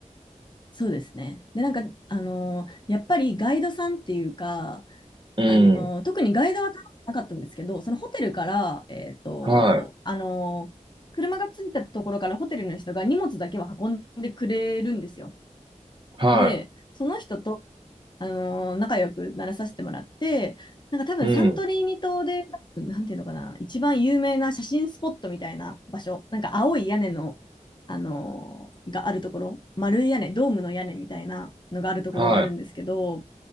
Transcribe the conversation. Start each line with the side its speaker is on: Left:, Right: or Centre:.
Left: そうですね。で、なんか、あのーやっぱりガイドさんっていうか、
Right: うん。
Left: あのー特にガイドは頼んでなかったんですけど、そのホテルから、えっと、
Right: はい。
Left: あのー車が着いたところからホテルの人が荷物だけは運んでくれるんですよ。
Right: は
Left: で、その人とあのー仲良くならさせてもらって、なんか多分サントリーニ島で、
Right: い。うん。
Left: なんていうのかな、一番有名な写真スポットみたいな場所、なんか青い屋根の、あのーがあるところ、丸い屋根、ドームの屋根みたいなのがあるところがあるんですけど、
Right: はい。